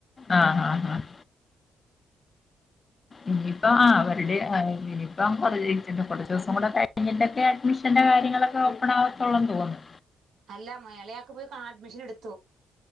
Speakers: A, on the left; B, on the right.
A: ആഹ് ആഹ് ആഹ് ഇനിയിപ്പം ആഹ് അവരുടെ ഇനിയിപ്പം <unintelligible> കുറച്ചൂസം കൂടെ കഴിഞ്ഞിട്ട് അഡ്മിഷന്റെ കാര്യങ്ങളൊക്കെ ഓപ്പണാവത്തൊള്ളൊന്ന് തോന്ന്ന്നു.
B: അല്ല മ എളേ ആക്ക് പോയി കാ അഡ്മിഷന്ട്ത്തു.